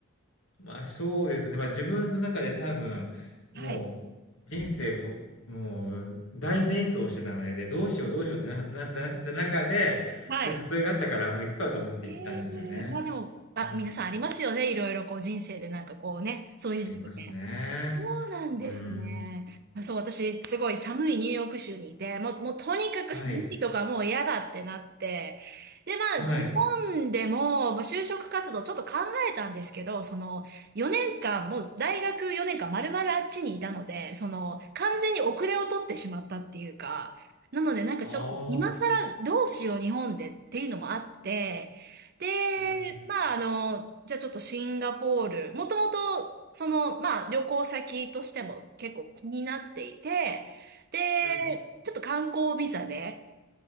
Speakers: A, on the left (about 75°); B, on the right (about 50°).
A: まあそうですね。まあ自分の中で多分、もう人生も、
B: い。はい。
A: もう大迷走してたので、で、どうしようどうしようってな、なったなった中で、
B: はい。
A: そういう誘いがあったから、もう行くかと思って行ったんですよね。
B: ええまあでも、あ、
A: うん。
B: 皆さんありますよね。いろいろこう人生でなんかこうね、そういう時期ね。
A: ありますね。
B: そうなんですね。
A: うん。
B: あそう、私、すごい寒いニューヨーク州にいて、もう、もうとにかく寒いとかもう嫌だってなって。
A: はい。
B: で、まあ、
A: はい。
B: 日本でも、まあ、就職活動ちょっと考えたんですけど、その、4年間、もう大学4年間丸々あっちにいたので、その、完全に遅れを取ってしまったっていうか、なのでなんかちょっと今更どうしよう日本でっていうのもあって、
A: ああ。
B: で、
A: うん。
B: まあ、あの、じゃあちょっとシンガポール、もともと、その、まあ、旅行先としても結構気になっていて、で、
A: うん。
B: ちょっと観光ビザで